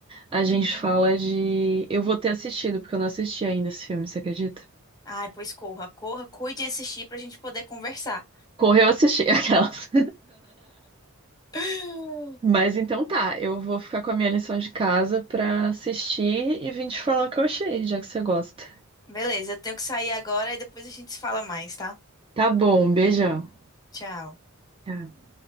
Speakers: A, on the right (about 25°); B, on the left (about 20°).
A: a gente fala de. Eu vou ter assistido, porque eu não assisti ainda esse filme, você acredita?
B: Ai, pois corra, corra, cuide de assistir pra gente poder conversar.
A: Correu assistir <laughs> aquelas.
B: <gasps>
A: Mas então tá, eu vou ficar com a minha lição de casa pra assistir e vim te falar o que eu achei, já que você gosta.
B: Beleza, eu tenho que sair agora e depois a gente se fala mais, tá?
A: Tá bom, beijão.
B: Tchau.
A: Tchau.